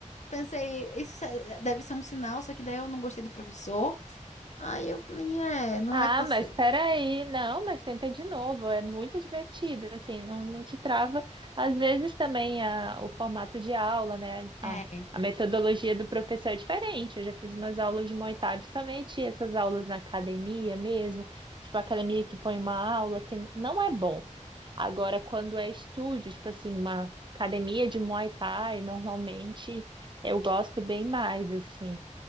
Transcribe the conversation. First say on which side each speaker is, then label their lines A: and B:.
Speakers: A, on the left; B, on the right.
A: pensei, isso é- deve ser um sinal, só que daí eu não gostei do professor. Aí eu falei, é, não
B: Ah,
A: é passeio.
B: mas peraí, não, mas tenta de novo, é muito divertido, assim, não, não te trava. Às vezes também a, o formato de aula, né, a,
A: É.
B: a metodologia do professor é diferente. Eu já fiz umas aulas de Muay Thai, principalmente essas aulas na academia mesmo, tipo academia que põe uma aula que não é bom. Agora, quando é estúdio, tipo assim, uma academia de Muay Thai, normalmente eu gosto bem mais, assim.